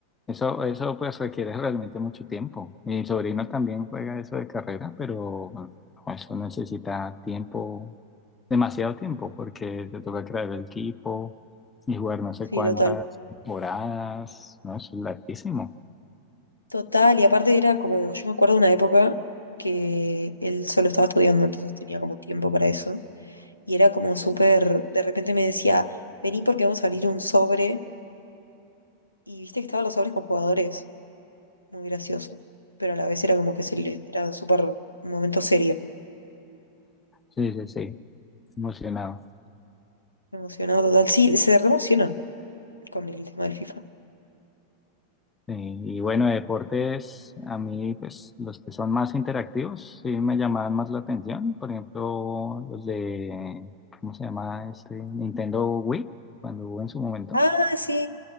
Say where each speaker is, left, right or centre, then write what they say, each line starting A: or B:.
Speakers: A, on the left; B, on the left.
A: eso, eso pues requiere realmente mucho tiempo. Mi sobrino también juega eso de carrera, pero eso necesita tiempo, demasiado tiempo, porque te toca crear el equipo y jugar no sé
B: Sí,
A: cuántas
B: total.
A: temporadas, ¿no? Eso es larguísimo.
B: Total, y aparte era como, yo me acuerdo de una época que él solo estaba estudiando, entonces tenía como tiempo para eso. Y era como súper, de repente me decía, vení porque vamos a abrir un sobre. Y viste que estaban los sobres con jugadores, muy gracioso. Pero a la vez era como que se le, era súper un momento serio.
A: Sí, sí, sí, emocionado.
B: Emocionado total. Sí, se re emocionan con el tema del FIFA.
A: Sí, y bueno, de deportes, a mí, pues los que son más interactivos, sí me llamaban más la atención. Por ejemplo, los de, ¿cómo se llama? Este Nintendo Wii, cuando hubo en su momento.
B: Ah, sí,